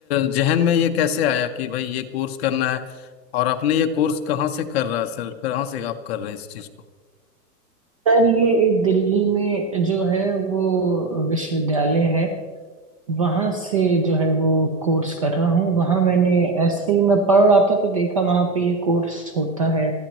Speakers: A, on the left; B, on the right.
A: जहन में ये कैसे आया कि भाई ये कोर्स करना है और आपने ये कोर्स कहाँ से कर रहा है सर कहाँ से आप कर रहे हैं इस चीज को
B: सर ये एक दिल्ली में जो है वो विश्वविद्यालय है वहां से जो है वो कोर्स कर रहा हूँ वहां मैंने ऐसे ही मैं पढ़ रहा था तो देखा वहां पे ये कोर्स होता है